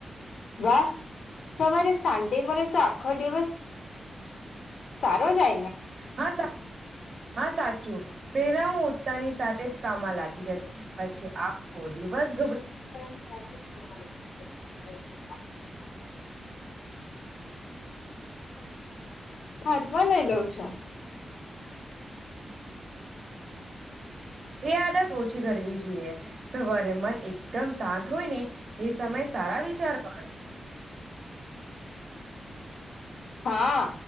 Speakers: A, on the left; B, on the right.
A: વાહ સવારે શાંતિ મળે તો આખો દિવસ સારો જાય ન
B: હા, સા હા સાચું. પેલા હું ઉઠતાની સાથે જ કામમાં લાગી જતી, પછી આખો ડીવસ
A: મારી સાથે પણ એવું જ થાય <unintelligible> વ લઈ લઉં છું.
B: એ આદત ઓછી કરવી જોઈએ, સવારે મન એક દમ શાંત હોય ને એ સમયે સારા વિચારો આવે.
A: હા